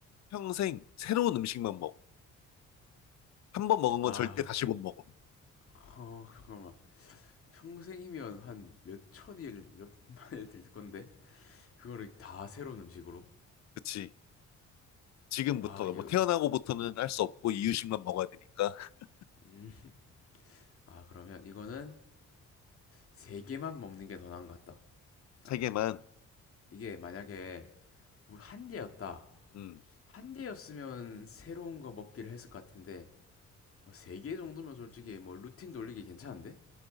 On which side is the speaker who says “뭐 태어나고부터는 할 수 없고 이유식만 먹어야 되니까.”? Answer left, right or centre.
Left